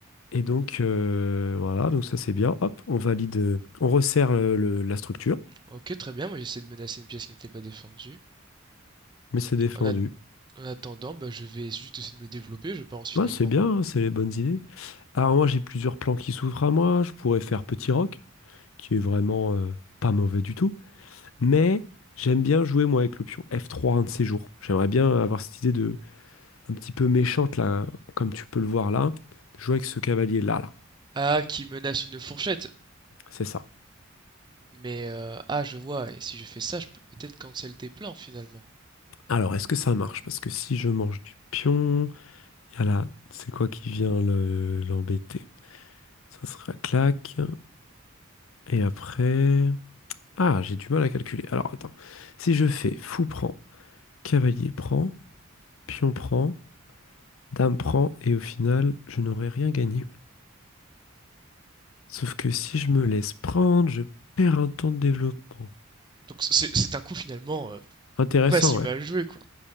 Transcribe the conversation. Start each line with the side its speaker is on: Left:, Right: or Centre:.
Left: Et donc, euh, voilà, donc ça c'est bien. Hop, on valide, euh, on resserre euh, le- la structure,
Right: Ok, très bien, moi j'essaie de menacer une pièce qui n'était pas défendue.
Left: mais c'est défendu.
Right: En, at- en attendant, bah, je vais juste essayer de me développer, je pense finalement.
Left: Ouais, c'est bien, hein, c'est les bonnes idées. Alors moi, j'ai plusieurs plans qui s'ouvrent à moi. Je pourrais faire Petit Rock, qui est vraiment euh, pas mauvais du tout. Mais j'aime bien jouer, moi, avec l'option f trois un de ces jours. J'aimerais bien avoir cette idée de, un petit peu méchante, là, comme tu peux le voir là, jouer avec ce cavalier-là, là.
Right: Ah, qui menace une fourchette.
Left: C'est ça.
Right: Mais euh, ah, je vois, et si je fais ça, je peux peut-être cancel tes plans finalement.
Left: Alors, est-ce que ça marche? Parce que si je mange du pion, il y a là, c'est quoi qui vient le- l'embêter? Ça sera claque. Et après... Ah, j'ai du mal à calculer. Alors attends. Si je fais fou prend, cavalier prend, pion prend, dame prend, et au final, je n'aurai rien gagné. Sauf que si je me laisse prendre, je perds un temps de développement.
Right: Donc c'est c'est un coup finalement euh,
Left: Intéressant,
Right: pas si
Left: ouais.
Right: mal joué quoi.